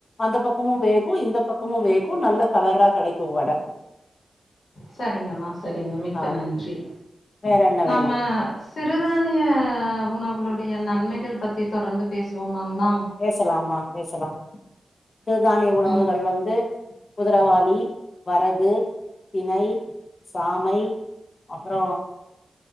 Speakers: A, on the left; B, on the left.
A: அந்தப்பக்கமு வேகும் இந்த பக்கமும் வேகும் நல்ல கலரா கெடைக்கும் வட
B: சரிங்கம்மா சரிங்க மிக்க
A: ஆ
B: நன்றி
A: வேற என்ன
B: நம்ம
A: வேணு
B: சிறுதானிய உணவுகளுடைய நன்மைகள் பற்றி தொடர்ந்து பேசுவோமாங்மா
A: பேசலாம்மா பேசலாம் சிறுதானிய உணவுகள்
B: ம்
A: வந்து குதிரவாளி வரகு திணை சாமை அப்புற